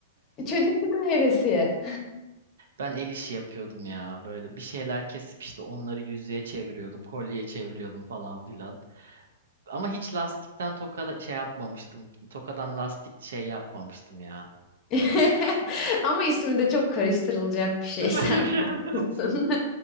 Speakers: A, on the left; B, on the right.
A: Çocukluk hevesi.
B: Ben el işi yapıyordum ya böyle bir şeyler kesip işte onları yüzüğe çeviriyordum, kolyeye çeviriyordum falan filan. Ama hiç lastikten tokada şey yapmamıştım. Tokadan lastik şey yapmamıştım ya.
A: <laughs> Ama ismi de çok karıştırılacak bir şey
B: <laughs>
A: sen. haklısın.